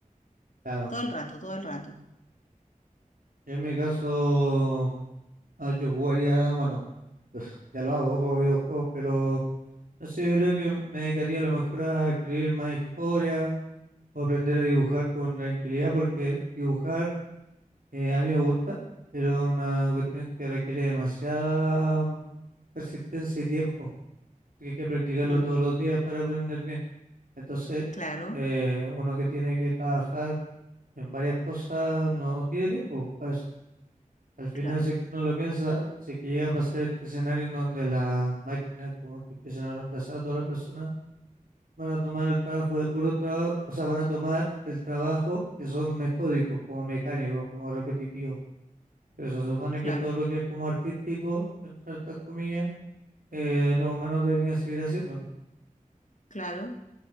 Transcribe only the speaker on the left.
todo el rato, todo el rato.
Mm,
claro,
claro,
claro,
claro,